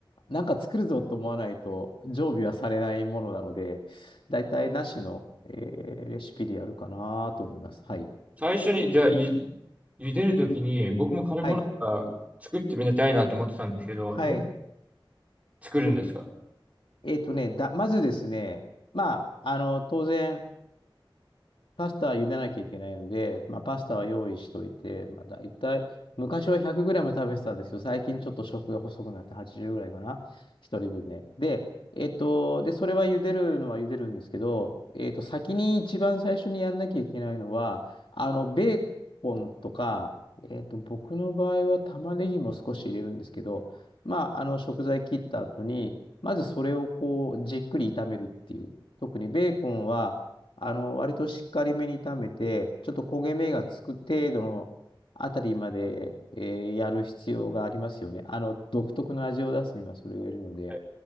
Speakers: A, on the left; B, on the right.
A: なんか作るぞと思わないと常備はされないものなので、だいたいなしの、えーレシピでやるかなと思います。はい。
B: 最初に、じゃあ、ゆ、茹でるときに、僕もカルボナーラ作ってみたいなと思ってたんですけど、
A: はい。はい。
B: どう作るんですか
A: えっとね、だ、まずですね、まあ、あの、当然、パスタは茹でなきゃいけないので、まあ、パスタは用意しといて、まあ、大体、昔は 100g 食べてたんですけど、最近ちょっと食が細くなって80ぐらいかな。一人分ね。で、えっと、で、それは茹でるのは茹でるんですけど、えっと、先に一番最初にやんなきゃいけないのは、あの、ベーコンとか、えっと、僕の場合は玉ねぎも少し入れるんですけど、まあ、あの、食材切った後に、まずそれをこう、じっくり炒めるっていう。特にベーコンは、あの、割としっかりめに炒めて、ちょっと焦げ目がつく程度のあたりまで、えーやる必要がありますよね。あの、独特の味を出すにはそれがいるので。
B: はい